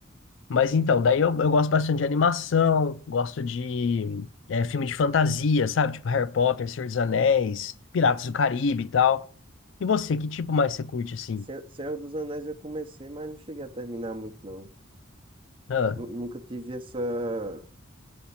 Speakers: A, on the left; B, on the right.
A: Mas então, daí eu, eu gosto bastante de animação, gosto de é, filme de fantasia, sabe? Tipo Harry Potter, Senhor dos Anéis, Piratas do Caribe e tal. E você, que tipo mais você curte assim?
B: Se- Senhor dos Anéis eu comecei, mas não cheguei a terminar muito, não.
A: Ah,
B: Nu- Nunca tive essa.